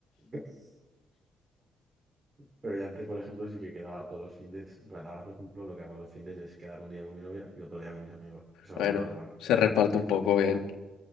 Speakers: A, on the right; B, on the left.
A: <laughs> pero yo antes, por ejemplo, sí que quedaba todos los findes, en plan, ahora, por ejemplo, lo que hago los findes es quedar un día con mi novia y otro día con mis amigos, es algo
B: Bueno,
A: normal.
B: se reparte un poco bien.